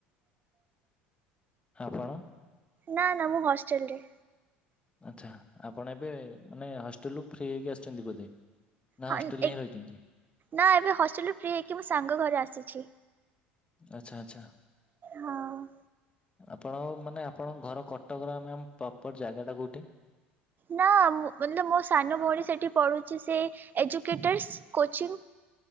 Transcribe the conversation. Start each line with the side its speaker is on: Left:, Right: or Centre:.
Left: ଆପଣ?
Right: ନା ନା ମୁଁ ହଷ୍ଟେଲ ରେ
Left: ଆଚ୍ଛା ଆପଣ ଏବେ ମାନେ ହଷ୍ଟେଲରୁୁ ଫ୍ରି ହେଇକି ଆସିଛନ୍ତି ବୋଧେ? ନା
Right: ହଁ
Left: ହଷ୍ଟେଲରେ
Right: ଏ
Left: ହିଁ ରହିଛନ୍ତି?
Right: ନା ଏବେ ହଷ୍ଟେଲରୁ ଫ୍ରି ହେଇକି ମୋ ସାଙ୍ଗ ଘର ଆସିଛି।
Left: ଆଛା ଆଛା
Right: ହଁ।
Left: ଆପଣ ମାନେ ଆପଣଙ୍କ ଘର କଟକର ମ୍ୟାମ୍ ପ୍ରପର ଜାଗାଟା କୋଉଁଠି?
Right: ନା ମୁଁ ମତ ମୋ ସାନ ଭଉଣୀ ସେଇଠି ପଢ଼ୁଛି ସେ ଏଜୁକେଟର୍ସ କୋଚିଂ